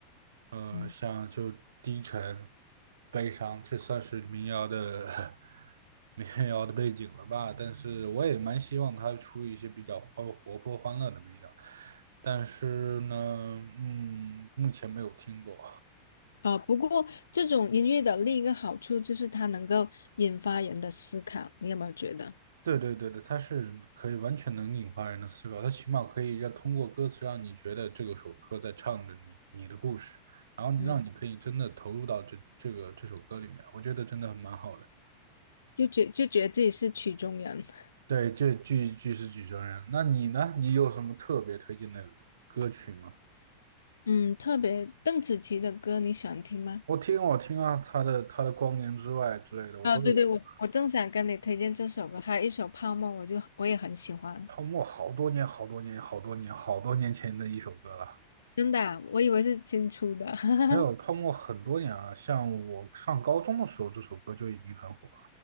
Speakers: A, on the right (about 65°); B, on the left (about 70°).
A: 呃，
B: 嗯，
A: 像就低沉、悲伤，这算是民谣的 <laughs> 民谣的背景了吧？但是我也蛮希望他出一些比较欢活泼、欢乐的民谣，但是呢，嗯，目前没有听过。
B: 呃，不过这种音乐的另一个好处就是它能够引发人的思考，你有没有觉得？
A: 对对对对，它是可以完全能引发人的思考，它起码可以让通过歌词让你觉得这个首歌在唱着你你的故事，然后你让你可以真的投入到这这个这首歌里面，
B: 嗯，
A: 我觉得真的很蛮好的。
B: 就觉就觉得自己是曲中人。<laughs>
A: 对，这句句是举证人。那你呢？你有什么特别推荐的歌曲吗？
B: 嗯，特别邓紫棋的歌你喜欢听吗？
A: 我听我听啊，他的他的《光年之外》之类的，我都有听。
B: 啊，对对，我我正想跟你推荐这首歌，还有一首《泡沫》，我就我也很喜欢。
A: 泡沫好多年好多年好多年好多年前的一首歌了。
B: 真的啊我以为是新出的 <laughs>
A: 没有，泡沫很多年了，像我上高中的时候，这首歌就已经很火。